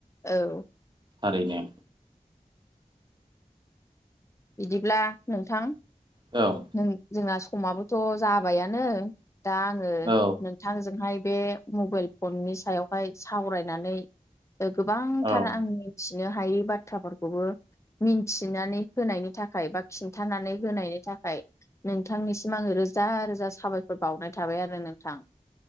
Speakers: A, on the left; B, on the right.
A: औ।
B: थारैनो।
A: बिदिब्ला नोंथां
B: औ
A: नों जोंना समाबोथ' जाबायानो दा आङो नों
B: औ
A: नोंथांजोंहाय बे मबाइल फननि सायावहाय सावरायनानै ओ गोबांथार
B: औ
A: आं मिथिनो हायै बाथ्राफोरखौबो मिन्थिनानै होनायनि थाखाय बा खिन्थानानै होनायनि थाखाय नोंथांनिसिम आंङो रोजा रोजा साबायखर बावनाय थाबाय आरो नोंथां।